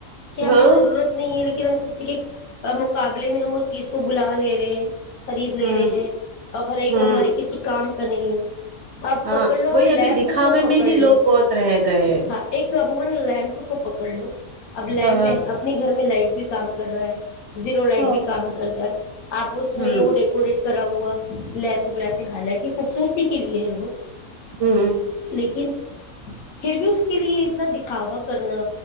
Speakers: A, on the left (about 75°); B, on the right (about 65°).
A: کہ ہمیں
B: ہاں
A: ضرورت نہیں ہے لیکن ہم کسی کے مقابلے میں ہم اس چیز کو بلا لے ج خرید لے
B: ہوں
A: رہے ہیں اور بھل ہی وہ
B: ہوں
A: ہمارے کسی کام کنی اب
B: ہاں
A: پکڑ لو
B: وہی
A: فلیمپ
B: ابھی دکھاوے
A: کو پکڑ
B: میں ہی
A: لو
B: لوگ بہت رہ گئے ہیں
A: ہاں ایک عموما پکڑ لو اب لمپ
B: ہاں
A: ہے اپنی گھر میں لائٹ بھی کام کر رہا ہے
B: ہاں
A: <inaudible> آپ اس
B: ہوں
A: میں وہ ڈیکوریٹ کرا ہوا لیمپ بلاتے حالانکہ خوبصورتی کے لیے ہے وہ
B: ہوں
A: لیکن پھر بھی اس کے لیے اتنا دکھاوا کرنا